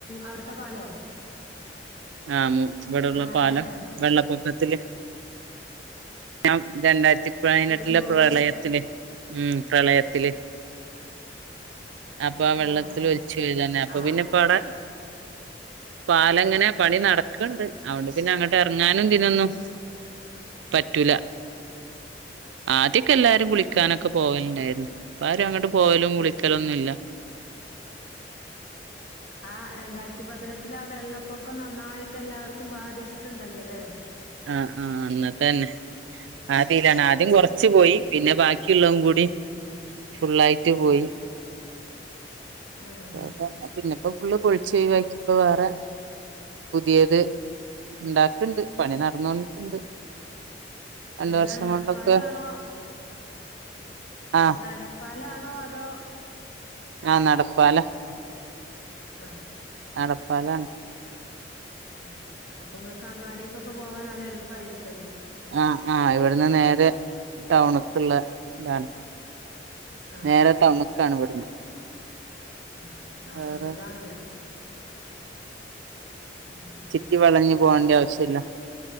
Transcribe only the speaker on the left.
അയുട്ത്തെ പാലോ
ആഹ്
ഏഹ്
ഒലിഞ്ഞു പോവേ
ആഹ്
ആഹ്
ആഹ്
ആ രണ്ടായിരത്തി പതിനെട്ടിൽ ആ വെള്ളപ്പൊക്കം നന്നായിട്ട് എല്ലാർ ക്കും ബാധിച്ചിട്ട് ഇണ്ടല്ലോലെ
ഉം
ആഹ്
എന്താണ്
നടപ്പാലാണോ
നടപ്പാലാണോ അതോ
ആഹ്
ഉം അപ്പൊ നിങ്ങക്ക് അങ്ങാടിക്കൊക്കെ പോവാൻ നല്ല എളുപ്പാരിക്കും
ആഹ്
ഉം അപ്പൊ
സുഖാണല്ലോ ഉം